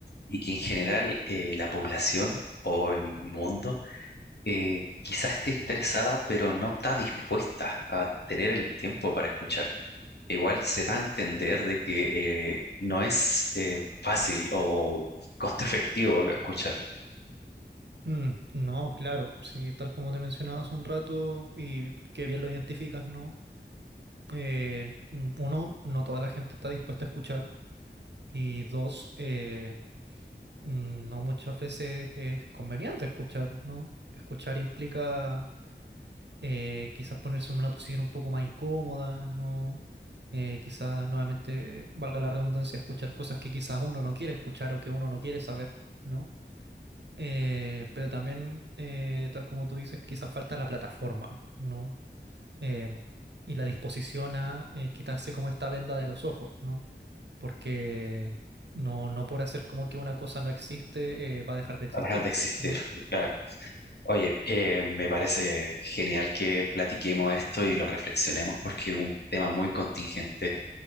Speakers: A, on the left; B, on the right.
A: y que en general eh, la población o el mundo eh, quizás esté interesada, pero no está dispuesta a tener el tiempo para escuchar. Igual se da a entender de que eh, no es eh, fácil o costo efectivo escuchar,
B: Mm, no, claro, sí, tal como te mencionaba hace un rato y que bien lo identificas, ¿no? Eh, mm, uno, no toda la gente está dispuesta a escuchar y dos, eh, mm, no muchas veces es conveniente escuchar, ¿no? Escuchar implica eh, quizás ponerse en una posición un poco más incómoda, ¿no? Eh, quizás nuevamente, eh, valga la redundancia, escuchar cosas que quizás uno no quiere escuchar o que uno no quiere saber, ¿no? Eh, pero también, eh, tal como tú dices, quizás falta la plataforma, ¿no? Eh, y la disposición a eh, quitarse como esta venda de los ojos, ¿no? Porque no, no por hacer como que una cosa no existe, eh, va a dejar de existir,
A: dejar de existir,
B: ¿no?
A: claro. Oye, eh, me parece genial que platiquemos esto y lo reflexionemos porque es un tema muy contingente